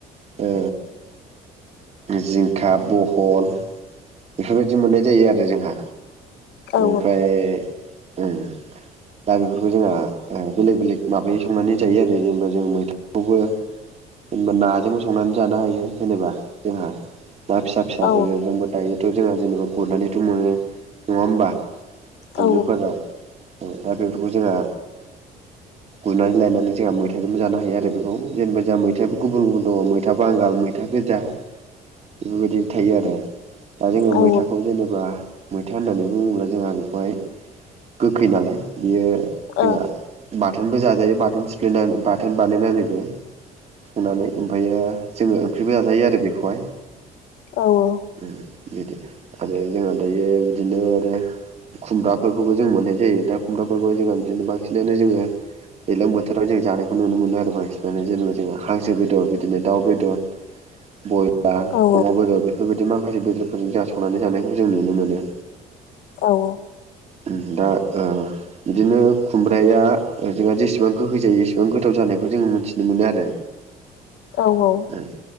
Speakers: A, on the right (about 40°); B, on the left (about 85°).
A: ओ जिंखा, बहल बेफोरबायदि मोननाय जायो आरो जोंहा।
B: औ
A: ओमफ्राय उम दा बेफोरखौ जोंहा ओ बेलेग बेलेग माबायै संनानै जायो आरो‌। जेनेबा जों मैथाखौबो जेनेबा नाजोंबो संनानै जानो हायो जेनेबा जोंहा। ना फिसा फिसाबो
B: औ
A: जोंबो दायोथ' जोंहा जेनेबा गुरनानैथ' मोनो नङा होमबा? दुब्लिफोराव
B: औ
A: औ दा बेफोरखौ जोंहा गुरनानै लायनानै जोंहा मैथाजबो जानो हायो आरो। बेखौ जेनेबा जहा मैथाबो गुबुन गुबुन दङ। मैथा बांगाल मै था गोजा बेफोरबायदि थायो आरो। दा जोङो
B: औ
A: मैथाखौ जेनेबा मैथा होननानै बुङोब्ला जोंहा बेखौहाय गोखै नालाय बियो
B: औ
A: जोंहा बाथोनबो जाजायो। बाथोन सिफ्लेनानै बाथोन बानायनानैबो संनानै ओमफायो जोङो ओंख्रिबो जाजायो आरो बेखौहाय।
B: औ औ
A: उम बेबादि आरो जोंहा दायो बिदिनो आरो खुमब्राफोरखौबो जों मोननाय जायो। दा खुमब्राफोरखौ जोंहा बिदिनो बांसिनानो जोङो दैलां बोथोराव जों जानायखौ नुनो मोनो आरो बांसिनानो। जेनेबा जोंहा हांसो बेदर बिदिनो दाउ बेदर बयलार,
B: औ
A: अमा बेदर बेफोरबायदि माखासे बेदरफोरजों जोंहा संनानै जानायखौबो जों नुनो मोनो।
B: औ औ
A: उम दा ओ बिदिनो खुमब्राया ओ जोंहा जेसेबां गोखै जायो एसेबां गोथाव जानायखौ जोङो मोनथिनो मोनो आरो।
B: औ औ
A: उम